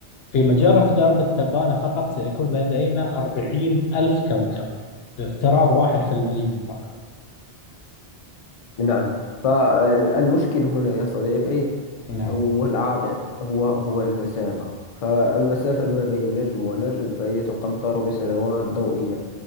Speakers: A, on the left; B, on the left.
A: في مجرة درب التبانة فقط سيكون لدينا أربعين ألف كوكب بافتراض واحد في المليون فقط
B: نعم فالمشكل هنا يا صديقي
A: نعم
B: والعائق هو هو المسافة فالمسافة ما بين نجم ونجم فهي تقدر بسنوات ضوئية